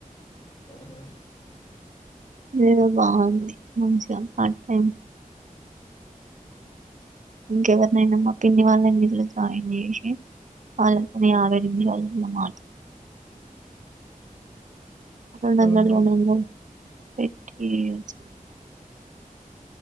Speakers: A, on the left; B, on the right.
A: మ్మ్ హ్
B: ఏదో బాగుంది మంచిగా పార్ టైం ఇంకెవరినైనా మ్మా పిన్ని వాళ్ళను ఇందులో జాయిన్ చేసి, వాళ్ళతోని యాభై నిమిషాలు ఇంగ మాట్లా రెండు వందలు
A: ఆహా
B: రెండు వందలు <unintelligible>